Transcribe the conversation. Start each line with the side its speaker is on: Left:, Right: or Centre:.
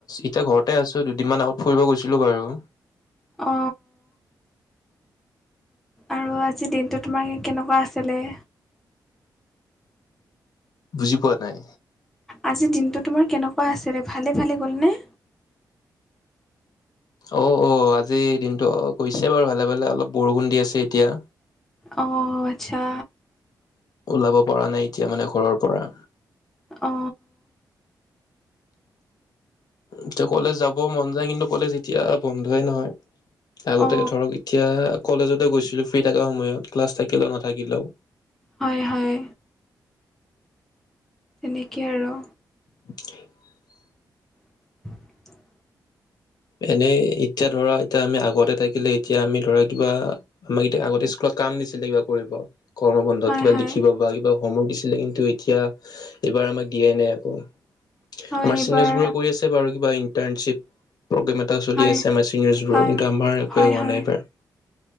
Left: এতিয়া ঘৰতে আছো দুদিনমান আগত ফুৰিব গৈছিলো বাৰু
Centre: অ আৰু আজিৰ দিনটো তোমাৰ কেনেকুৱা আছিলে।
Left: বুজি পোৱা নাই।
Centre: আজিৰ দিনটো তোমাৰ কেনেকুৱা আছিলে ভালে ভালে গ'লনে।
Left: অঁ অঁ আজি দিনটো গৈছে বাৰু ভালে ভালে অলপ বৰষুণ দি আছে এতিয়া।
Centre: অ আচ্ছা।
Left: ওলাব পৰা নাই এতিয়া মানে ঘৰৰ পৰা।
Centre: অ,
Left: এতিয়া কলেজ যাব মন যায় কিন্তু কলেজ এতিয়া বন্ধই নহয়। আগতে
Centre: অ
Left: ধৰক এতিয়া কলেজতে গৈছিলো ফ্ৰী থকা সময়ত ক্লাছ থাকিলেও নাথাকিলেও।
Centre: হয় হয়। তেনেকে আৰু
Left: <inaudible>
Centre: <inaudible>
Left: এনেই এতিয়া ধৰা এতিয়া আমি আগতে থাকিলে এতিয়া আমি ধৰা কিবা আমাক এতিয়া আগতে স্কুলত কাম দিছিলে কিবা কৰিব গৰম বন্ধত
Centre: হয়
Left: কিবা
Centre: হয়
Left: লিখিব বা কিবা সমৌক দিছিলে কিন্তু এতিয়া এইবাৰ আমাক দিয়াই নাই আকৌ।
Centre: হয়
Left: আমাৰ
Centre: এইবাৰ
Left: চিনিয়ৰ্ছবোৰে কৰি আছে বাৰু কিবা ইণ্টাৰ্ণশ্বিপ। প্ৰগ্ৰেম এটা চলি
Centre: হয়
Left: আছে আমাৰ ছিনিয়ৰ্ছবোৰ
Centre: হয়
Left: কিন্তু আমাৰ একোৱেই
Centre: হয়
Left: হোৱা
Centre: হয়
Left: নাইবাৰ।